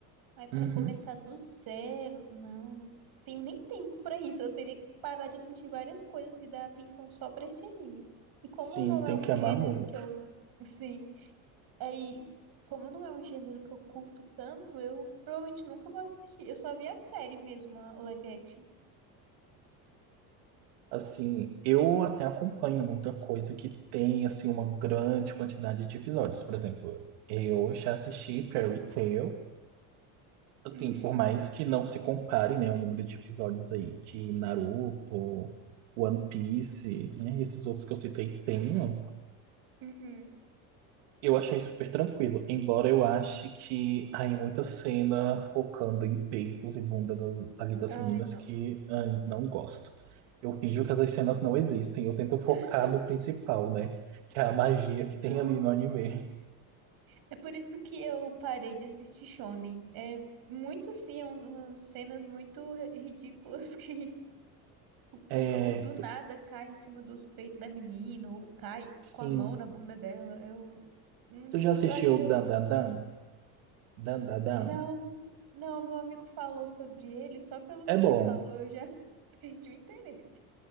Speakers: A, on the right (about 55°); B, on the right (about 80°).
A: Aí pra
B: Uhum.
A: começar do zero, não, não tenho nem tempo pra isso. Eu teria que parar de assistir várias coisas e dar atenção só pra esse anime. E como
B: Sim,
A: não
B: tem
A: é um
B: que amar
A: gênero
B: muito.
A: que eu, <laughs> sim, aí como não é um gênero que eu curto tanto, eu provavelmente nunca vou assistir. Eu só vi a série mesmo, a- o live action.
B: Assim, eu até acompanho muita coisa que tem, assim, uma grande quantidade de episódios. Por exemplo, eu já assisti Fairy Tail. Assim,
A: Uhum,
B: por mais que não se compare, né, o número de episódios aí que Naruto, One Piece, né, e esses outros que eu citei tenham,
A: uhum.
B: Eu achei super tranquilo, embora eu ache que há muita cena focando em peitos e bunda da- ali das
A: Ai,
B: meninas
A: nossa.
B: que ai, não gosto. Eu finjo que essas cenas não existem, eu tento focar
A: <laughs>
B: no principal, né? Que é a magia que tem
A: Uhum.
B: ali no anime.
A: É por isso que eu parei de assistir Shonen. É muito assim, é uns- umas cenas muito ri- ridículas <laughs> que
B: É,
A: o, o- do nada
B: tu-
A: cai em cima dos peitos da menina, ou cai
B: sim.
A: com a mão na bunda dela. Eu, hum,
B: Tu já assistiu
A: eu acho que eu.
B: Dan Dan Dan? Dan Dan Dan?
A: Não, não, meu amigo falou sobre ele, só pelo
B: É
A: que
B: bom.
A: ele falou eu já <laughs> perdi o interesse.